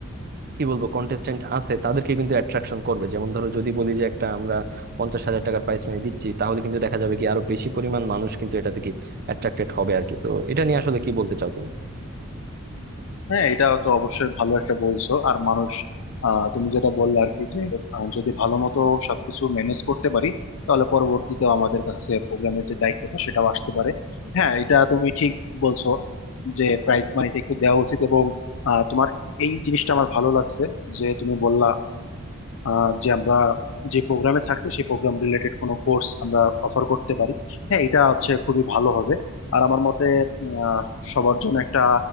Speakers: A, on the right; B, on the left.
A: কি বলবো কন্টেস্টেন্ট আছে তাদেরকে কিন্তু অ্যাট্রাকশন করবে যেমন ধরো যদি বলি যে একটা আমরা পঞ্চাশ হাজার টাকার প্রাইস মানি দিচ্ছি তাহলে কিন্তু দেখা যাবে কি আরো বেশি পরিমাণ মানুষ কিন্তু এটাতে কি অ্যাট্রাক্টেড হবে আর কি তো এটা নিয়ে আসলে কি বলতে চাও তুমি
B: হ্যাঁ এটা তো অবশ্যই ভালো একটা বলছো আর মানুষ আহ, তুমি যেটা বললে আর কি যে আহ, যদি ভালো মতো সবকিছু ম্যানেজ করতে পারি তাহলে পরবর্তীতে আমাদের কাছে প্রোগ্রামের যে দায়িত্বটা সেটাও আসতে পারে হ্যাঁ এটা তুমি ঠিক বলছো যে প্রাইজ মানিটা একটু দেওয়া উচিত এবং আহ, তোমার এই জিনিসটা আমার ভালো লাগছে যে তুমি বললা আহ, যে আমরা যে প্রোগ্রামে থাকছি সেই প্রোগ্রাম রিলেটেড কোনো কোর্স আমরা অফার করতে পারি হ্যাঁ এটা হচ্ছে খুবই ভালো হবে আর আমার মতে উম, আহ, সবার জন্য একটা